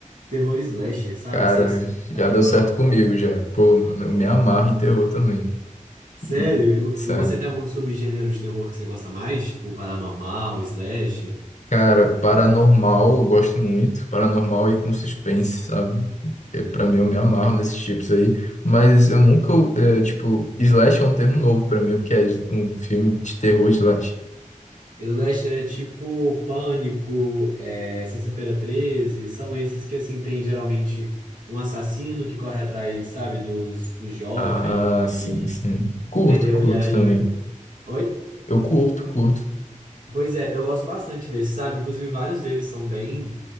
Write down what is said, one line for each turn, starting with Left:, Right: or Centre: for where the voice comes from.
Right: terror slasher, sabe?
Left: Cara,
Right: Sem ser supernatural,
Left: já deu certo comigo
Right: assim.
Left: já. Pô, mano, eu me amarro em terror também.
Right: Sério?
Left: Hum, Sério.
Right: E e você tem algum subgênero de terror que você gosta mais? Tipo, paranormal, slasher?
Left: Cara, paranormal eu gosto muito. Paranormal e com suspense, sabe? Eu,
Right: Hum.
Left: pra mim, eu me amarro nesses tipos aí. Mas eu nunca, é, tipo, slash é um termo novo pra mim. O que é um filme de terror slash?
Right: E o Slasher é tipo Pânico, é, Sexta-feira treze, são esses que, assim, tem geralmente um assassino que corre atrás, sabe, dos, dos jovens,
Left: Ah,
Right: e-
Left: sim, sim. Curto,
Right: entendeu?
Left: curto
Right: E aí...
Left: também.
Right: Oi?
Left: Eu curto, curto.
Right: Pois é, eu gosto bastante desse, sabe? Inclusive, vários deles são bem.